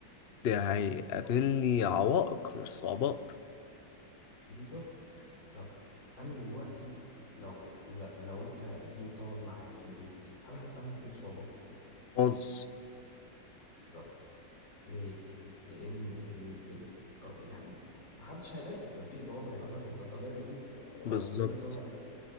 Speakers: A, on the left (about 55°); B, on the left (about 80°).
A: ده هيقابلني عوائق مش صعوبات
B: بالظبط طب انا دلوقتي لو لو انت جيت تقعد معايا في البيت هل هتقابلك اي صعوبات
A: خالص
B: بالظبط ليه؟ لأن ال... ال... الط- يعني محدش هيضايقك مفيش بواب هيقول لك أنت طالع لي ليه؟
A: بالظبط
B: أو مين اللي طالع ل...